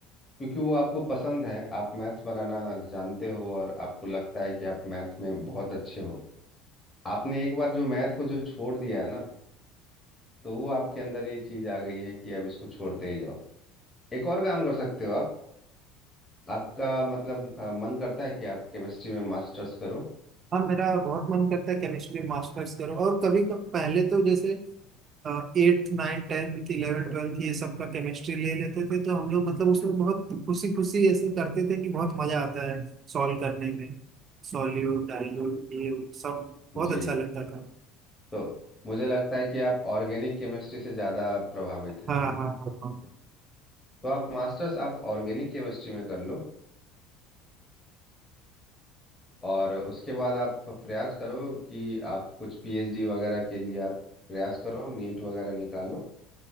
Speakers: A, on the left; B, on the right.
A: क्योंकि वो आपको पसंद है आप मैथ्स बनाना जानते हो और आपको लगता है कि आप मैथ में बहुत अच्छे हो आपने एक बार जो मैथ को जो छोड़ दिया है ना तो वो आपके अंदर ये चीज आ गई है कि अब इसको छोड़ते ही जाओ एक और काम कर सकते हो आप आपका मतलब हाँ, मन करता है कि आप केमिस्ट्री में मास्टर्स करो
B: हाँ मेरा बहुत मन करता है केमिस्ट्री मास्टर्स करो और कभी क- पहले तो जैसे eighth nine tenth eleven twelfth ये सब का केमिस्ट्री ले लेते थे तो हम लोग मतलब उसमें बहुत खुशी खुशी ऐसे करते थे कि बहुत मजा आता है सॉल्व करने में सॉल्यूट डाइल्यूट ये वो सब बहुत
A: जी
B: अच्छा लगता था
A: तो मुझे लगता है कि आप ऑर्गेनिक केमिस्ट्री से ज़्यादा प्रभावित हैं
B: हाँ हाँ हाँ हाँ
A: तो आप मास्टर्स आप ऑर्गेनिक केमिस्ट्री में कर लो और उसके बाद आप प्रयास करो कि आप कुछ पीएचडी वगैरह के लिए आप प्रयास करो नीट वगैरह निकालो